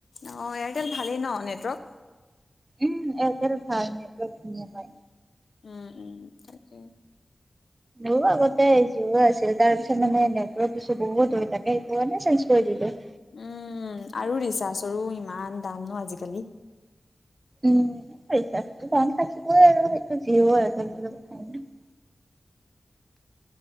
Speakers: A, on the left; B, on the right.
A: অ' এয়াৰটেল ভালেই ন নেটৱৰ্ক।
B: উম এয়ৰটেল ভাল নেৰ্টৱক ধুনীয়া পায়।
A: উম উম তাকে।
B: মোৰ আগতে জিঅ' আছিল তাৰ পিছত মানে নেটৰ্ক কিছু বহুত দূৰ তাকে চেঞ্জ কৰি দিলো।
A: উম আৰু ৰিচাৰ্চৰো ইমান দাম ন আজিকালি।
B: উম ৰিচাৰ্ছতো দাম থাকিবই আৰু সেইটো জিঅ‌ এয়াটেল বিলাকৰ <unintelligible>